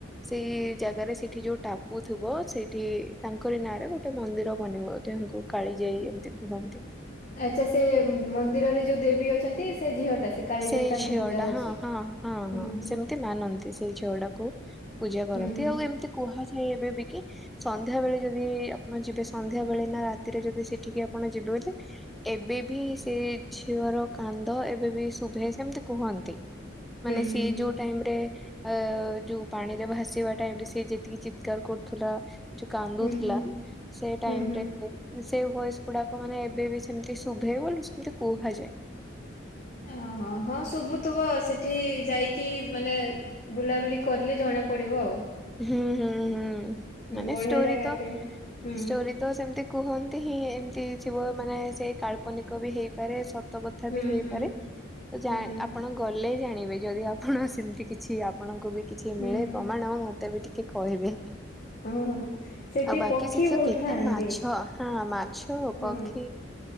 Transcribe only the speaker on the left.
ଆଚ୍ଛା ସେ ମନ୍ଦିରରେ ଯଉଦେବୀ ଅଛନ୍ତି ସେ ଝିଅ ଟା ସେ କାଳିଜାଇ
ତାଙ୍କୁ
ପୂଜା ହଉଛି
ହୁଁ
ହୁଁ
ହୁଁ ହୁଁ
ହୁଁ
ହୁଁ ହୁଁ
ହୁଁ ହୁଁ
ହୁଁ ହୁଁ
ହଁ ହଁ ହଁ ଶୁଭୁଥିବ ସେଠି ଯାଇକି ମାନେ ବୁଲାବୁଲି କରିଲେ ଜଣା ପଡ଼ିବ ଆଉ।
ବଢିଆ ଜାଗାଟେ।
ହୁଁ
ହୁଁ
ହୁଁ
ହୁଁ
ହୁଁ
ହଁ ହଁ। ସେଠି
ପକ୍ଷୀ
ବହୁତ
ଥାଆନ୍ତି
ହୁଁ